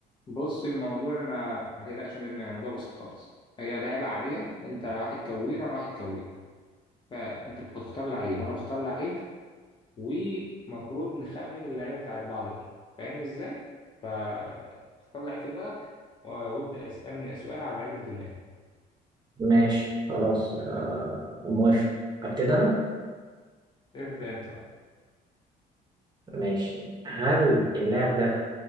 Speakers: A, on the left (about 30°); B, on the right (about 25°).
A: بص الموضوع ما ما تقلقش منه يعني الموضوع بسيط خالص هي لعبة عادية انت واحد كوير انا واحد كوير فانت بتختار لعيب وانا بختار لعيب ومفروض نخمن اللعيبة بتاعت بعض دي فاهمني ازاي؟ فاختار لعيب في دماغك و- وابدأ اسألني سؤال على اللعيب اللي في دماغي
B: ماشي خلاص آه موافق ابتدي انا
A: ابدأ انت
B: ماشي هل اللاعب ده